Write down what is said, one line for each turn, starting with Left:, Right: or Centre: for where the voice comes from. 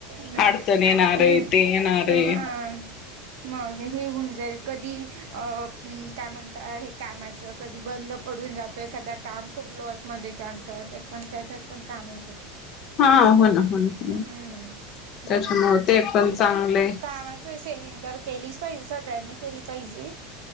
Right: मग
Left: अडचण येणार
Right: ऊन
Left: आहे ते येणार आहे.
Right: हा मग हे होऊन जाईल कधी अ काय म्हणत हे कामाच कधी बंद पडून जातो एखादा काम खूप लॉस मध्ये चालत होते पण त्याच्यात पण काम येत होते.
Left: हा हो ना हो ना
Right: हम्म
Left: त्याच्यामुळे
Right: मग
Left: ते पण चांगले
Right: खूप कामाच सेम इंटर केलीच पाहिजे स टॅनी केली पाहिजे.